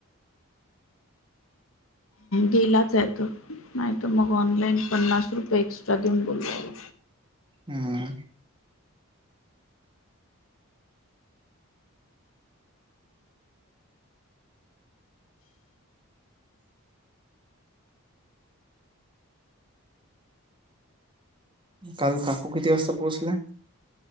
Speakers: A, on the left (about 70°); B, on the right (about 20°).
A: गेलाच आहे तो नाही तर मग ऑनलाईन पन्नास रुपये एक्स्ट्रा देऊन बोलूयला
B: हम्म. काल काकू किती वाजता पोचल्या?